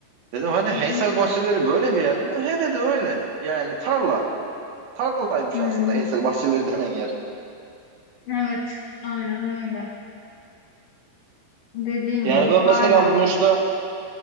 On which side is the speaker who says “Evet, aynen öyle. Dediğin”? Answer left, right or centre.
Left